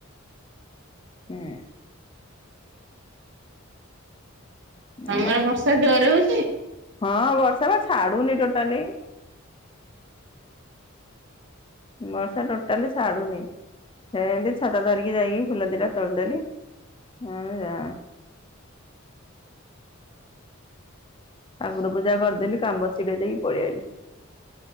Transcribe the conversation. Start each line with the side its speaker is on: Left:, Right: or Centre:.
Left: ହୁଁ
Right: ତମର
Left: ଆମ
Right: ବର୍ଷା ଜୋରେ ହଉଚି?
Left: ହଁ ବର୍ଷା ବା ଛାଡୁନି ଟୋଟାଲି। ବର୍ଷା ଟୋଟାଲି ଛାଡୁନି, ସେନ୍ତି ଛତା ଧରିକି ଯାଇକି ଫୁଲ ଦଟା ତୋଳିଦେଲି। ହଁ ଯା। ଠାକୁର ପୂଜା କରିଦେଲି କାମ ଛିଡେଇ ଦେଇକି ପଳେଇଆଇଲି।